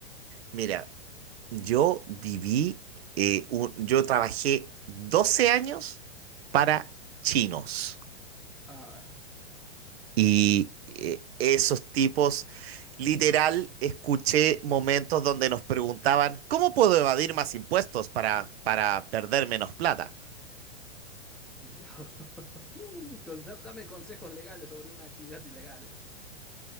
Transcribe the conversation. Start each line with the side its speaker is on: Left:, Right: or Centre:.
Right: mira, yo viví, eh, un- yo trabajé 12 años para chinos.
Centre: Ah,
Right: Y eh, esos tipos, literal, escuché momentos donde nos preguntaban, ¿cómo puedo evadir más impuestos para, para perder menos plata?
Centre: tío. <laughs> Cos- da- Dame consejos legales sobre una actividad ilegal.